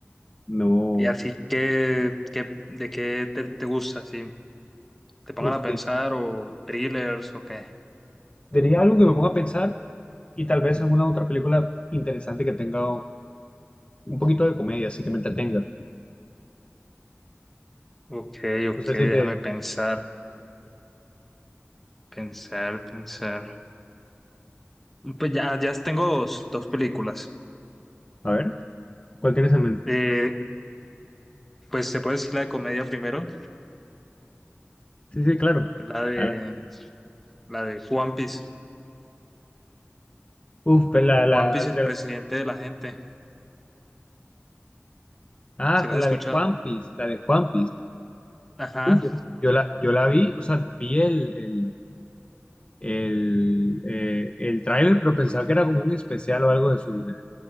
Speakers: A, on the left (about 25°); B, in the centre.
A: no.
B: Y así que, que- ¿de qué te, te gusta? Si te pongan
A: Uf,
B: a pensar
A: di-
B: o thrillers o qué.
A: diría algo que me ponga a pensar y tal vez alguna otra película interesante que tenga un poquito de comedia, así que me entretenga.
B: Ok, ok,
A: No sé
B: déjame
A: si te.
B: pensar, pensar, pensar. Pues ya, ya tengo dos, dos películas.
A: A ver, ¿cuál tienes en mente?
B: Eh, pues se puede decir la de comedia primero,
A: Sí, sí, claro.
B: la de
A: Adelante.
B: la de One Piece.
A: Uf, pues la, la,
B: One Piece, el
A: la-
B: presidente de la gente.
A: ah,
B: ¿Sí la
A: la
B: has escuchado?
A: de Juan Piece, la de Juan
B: Ajá.
A: Uy, yo, yo la, yo la vi, o sea, vi el, el, el, eh, el tráiler, pero pensaba que era como un especial o algo de su... de-